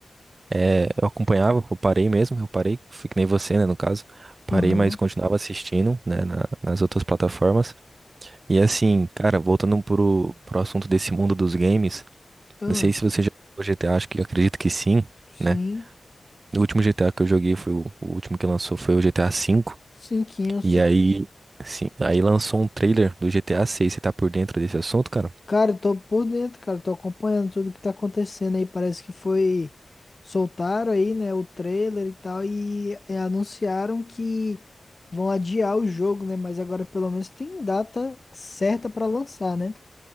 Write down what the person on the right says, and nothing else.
é, eu acompanhava, eu parei mesmo, eu parei, fui que nem você, né, no caso. Parei,
mas continuava assistindo, né, na- nas outras plataformas. E assim, cara, voltando pro, pro assunto desse mundo dos games,
não sei se você já jogou G GTA, acho que acredito que sim.
né? O último GTA que eu joguei foi o, o último que lançou foi o GTA V.
E aí, sim, aí lançou um trailer do GTA VI. Você tá por dentro desse assunto, cara?